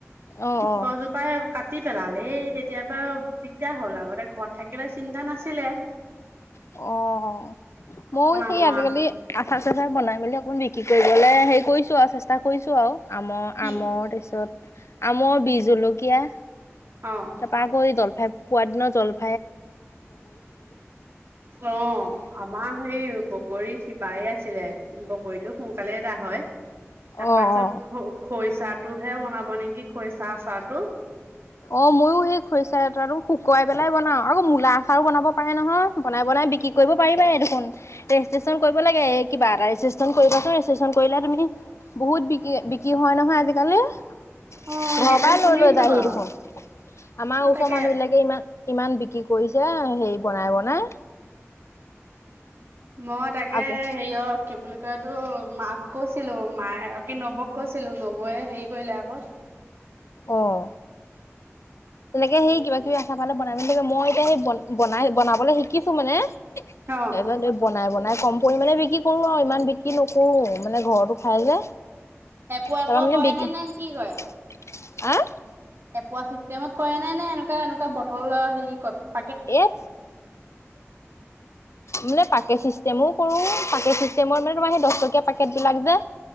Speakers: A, on the left; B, on the right.
A: অ', অ',
B: গছজোপাই কাটি পেলাল এই তেতিয়া পা দিগদাৰ হ'ল আগতে ঘৰত থাকিলে চিন্তা নাছিলে।
A: অ',
B: অকল
A: ময়ো সেই
B: আমাৰ
A: আজিকালি আঠা তাতে বনাই মেলি অকণমান বিক্ৰী কৰিবলৈ হেৰি কৰিছোঁ আৰু চেষ্টা কৰিছোঁ আৰু আমৰ -
B: কি
A: আমৰ তাৰছত আমৰ বী জলকীয়া
B: অ
A: তাৰ পা আকৌ এই জলফাই পোৱাৰ দিনাও জলফ
B: অ, আমাৰ সেই বগৰী খিবায়ে আছিলে বগৰীটো সোনকালে দা হয়। তাৰপাৰ
A: অ
B: পিছত
A: অ
B: খ খৰিচাটোহে বনাব নেকি খৰিচা চাহটো।
A: অ' মইো সেই খৰিচা এটো শুকুৱাই পেলাই বনাও আৰু মূলা আচাৰো বনাব পাৰে নহয় বনাই বনাই বিক্ৰী কৰিব পাৰিবা দেখোন ৰেজিষ্ট্ৰেশন কৰিব লাগে কিবা এটা ৰেজষ্টন ৰে তুমি বহুত বি বিক হয় নহয় আজি কালি। ঘৰপা
B: অ সেইটো শুনিছো
A: লৈ লৈ জাই
B: বাৰু
A: দেশুন। আমাৰ
B: অ
A: ওচৰৰ
B: তাকে
A: মানুহ বিলাকে ইমান ইমান বিক্ৰী কৰিছে হেৰি বনাই বনাই।
B: মই তাকে
A: আকৌ
B: হেৰিয়ত কি বুলি কয় তো মাক কৈছিলো মায়ে আ কি নৱক কৈছিলো নৱৈয়ে হেৰি কৰিলে আকৌ।
A: আহ। তেনেকে সেই কিবা কিবা আহ <unintelligible> মই এতিয়া সেই বনাই বনাবলৈ শিকিছো মানে
B: অ
A: এজনে বনাই বনাই কম পৰিমাণে বিক্ৰী কৰো আৰু ইমান বিক্ৰী নকৰো। মানে ঘৰতো খাই যে
B: এপোৱা
A: তাৰপা
B: এপোৱা
A: মানে
B: কৰে
A: বিকি
B: নে নে
A: <unintelligible>
B: কি কৰে এপোৱা চিষ্টেমত কৰে নে নে এনেকুৱা এনেকুৱা বটল হেৰি কত
A: এই মানে পাকে চিষ্টেমো কৰো পাকেট চিষ্টেমত মানে তোমাৰ সেই দহ টকীয়া পাকেট বিলাক যে।